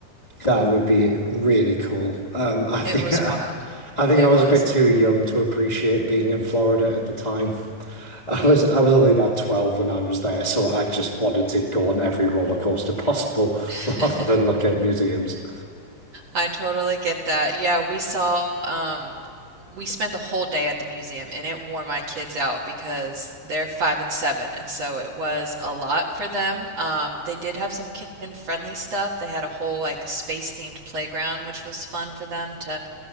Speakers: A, on the left; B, on the right.
A: That would be really cool. Um, I
B: It
A: think
B: was
A: <laughs> I,
B: wild.
A: think
B: It
A: I was
B: was.
A: a bit too young to appreciate being in Florida at the time. I
B: Mm.
A: was I was only about 12 when I was there, so I just wanted to go on every roller coaster possible
B: <laughs>
A: <laughs> rather than look at museums.
B: I totally get that. Yeah, we saw, um, we spent the whole day at the museum and it wore my kids out because they're five and seven. And so it was a lot for them. Um, they did have some kid-friendly stuff. They had a whole like space-themed playground, which was fun for them to